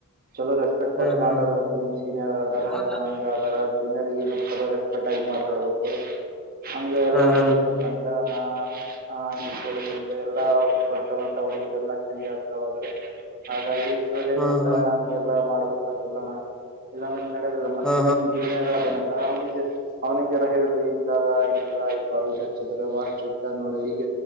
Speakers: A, on the right; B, in the centre.
A: ಚಲೋ ರೆಸ್ಪೆಟ್ ಕೊಟ್ಟು
B: ಹಾ ಹಾ
A: ಮಾತಾಡ್ಬೇಕು ನಿಮ್ ಸೀನಿಯರ್ ಅದರ
B: ಹಾ
A: ಹಂಗ ಅದಾರ ಜೂನಿಯರ್ ಚಲೋ ರೆಸ್ ಕರೆಕ್ಟ್ ಆಗಿ ಮಾತಾಡ್ಬೇಕು ಹಂಗೆ ಎಲ್ಲಾ
B: ಹಾ ಹಾ
A: ಹೇಳಿದರು ನನ್ಗ ಹಾ ಅಂಗ ಕೇಳಿದೀನಿ ರಿ ಎಲ್ಲಾ ಬರ್ತಾ ಬರ್ತಾ ಹುಡ್ಗರು ಎಲ್ಲಾ ಚೇಂಜ್ ಆಗ್ತಾ ಹೋದ್ರ ಹಾಗಾಗಿ ಸರ್ ಹೆಂಗ
B: ಹಾ
A: ಹೇಳತಾರೋ
B: ಹಾ
A: ಮಾಡಬೇಕ ತರ್ತಿಲ್ಲೋಣ ಇಲ್ಲಾಂದ್ರೆ ನಡದಿಲ್ಲ ಮತ್ತೆ
B: ಹಾ
A: ನಿಮ ಜೂನಿಯರ್ ಅದನ ಅವನಿಗೆ ಅವ್ನಿಗಹೇಳ್ರಿ ಇಿಂದಾರ ಇಂಗಲ್ಲಾ ಈ ಕಾಲೇಜ್ ಈಗ ಅವ ಸ್ಟ್ರಿಕ್ಟ್ ನೋಡಿ ಈಗ